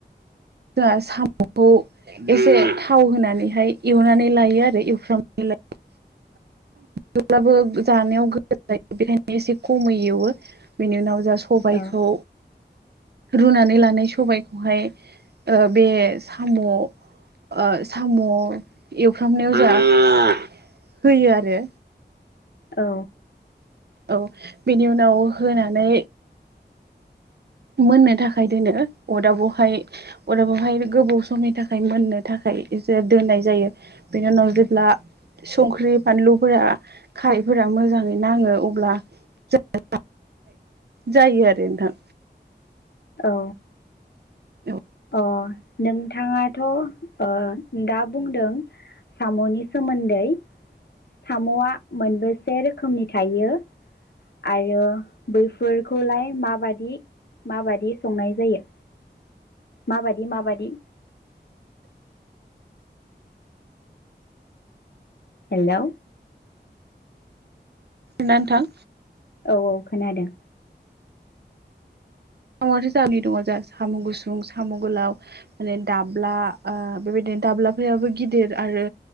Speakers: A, on the right (about 65°); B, on the left (about 65°).
A: जोंहा साम'खौ एसे थाव होनानैहाय एवनानै लायो आरो एवफ्रामनानै लायो। जेब्लाबो जानायाव गोसो जायो बेखायनो एसे खमै एवो बेनि उनाव। जा सबायखौ
B: औ
A: रुनानै लानाय सबायखौहाय ओ बे साम'। ओ साम' एवफ्रामनायाव जाहा होयो आरो।
B: औ।
A: औ बेनि उनाव होनानै। मोननो थाखाय दोनो अरदाबावहाय अरदाबावहाय गोबाव समनि थाखाय मोननो थाखाय। दोननाय जायो बेनि उनाव जेब्ला। संख्रि बानलुफोरा खारैफोरा मोजाङै नाङो अब्ला ज' जायो आरो नोंथां।
B: औ।
A: औ।
B: अ नोंथाङाथ' ओ दा बुंदों। साम'नि सोमोन्दै साम'या मोनबेसे रोखोमनि थायो? आरो बैफोरखौलाय माबादि माबादि संनाय जायो? माबादि माबादि। हेलौ।
A: खोनादों ना नोंथां?
B: औ औ खोनादों।
A: साम'याथ' जाबनि दङ जोंहा साम' गुसुं साम' गोलाव माने दाब्ला ओ बेबायदिनो। दाब्लाफोराबो गिदिर आरो